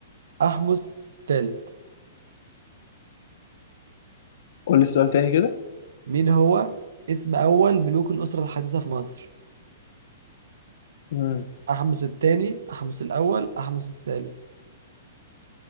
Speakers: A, on the right; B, on the left.
A: احمس الثالث
B: قول لي السؤال تاني كده
A: مين هو اسم أول ملوك الأسرة الحديثة في مصر؟
B: امم
A: أحمس الثاني أحمس الأول أحمس الثالث